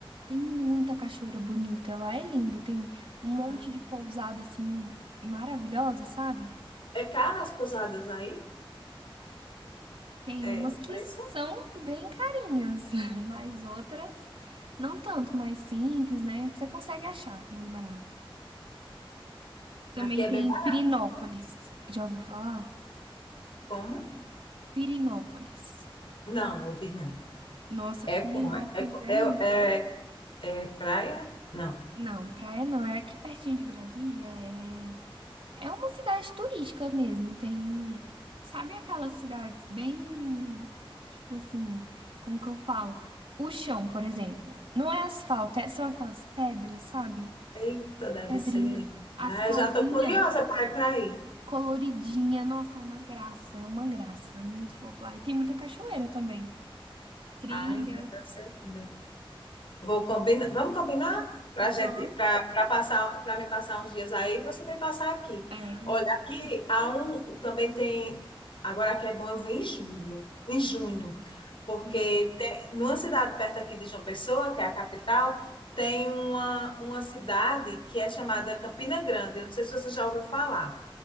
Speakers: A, on the right (about 70°); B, on the left (about 65°).
A: Tem muita cachoeira bonita, lá é lindo, tem um monte
B: Ah.
A: de pousada assim maravilhosa, sabe?
B: É caro as pousadas aí?
A: Tem
B: É,
A: umas
B: o
A: que
B: preço?
A: são bem carinhas, <laughs> mas outras não tanto, mais simples, né? Que você consegue achar mais barato. Também
B: Aqui é
A: tem
B: bem barato.
A: Pirinópolis, já ouviu falar?
B: Como?
A: Pirinópolis.
B: Não, ouvi não.
A: Nossa,
B: É
A: Pirinópolis
B: como? É,
A: é
B: é,
A: lindo.
B: é, é praia? Não.
A: Não, praia não, é aqui pertinho de Brasília, é, é uma cidade turística mesmo. Tem, sabe aquelas cidades bem, tipo assim, como que eu falo? O chão, por exemplo, não é asfalto, é- são aquelas pedras, sabe?
B: Eita, deve
A: Pedrinha.
B: ser linda.
A: As
B: Ah,
A: casinhas
B: eu já estou curiosa para ir. para aí.
A: coloridinha, nossa, é uma graça, é uma graça, é muito fofo lá. E tem muita cachoeira também. Trilha.
B: Ah, então deve ser linda. Vou combinar, vamos combinar para gente,
A: Vamos.
B: para passar, para me passar uns dias aí, você vem passar aqui.
A: É, eu
B: Olha,
A: vou
B: aqui
A: por aí.
B: há um, também tem, agora aqui é bom eu vir em julho, em junho, porque
A: Hum.
B: te- numa cidade perto aqui de João Pessoa, que é a capital, tem uma, uma cidade que é chamada Campina Grande. Eu não sei se você já ouviu falar.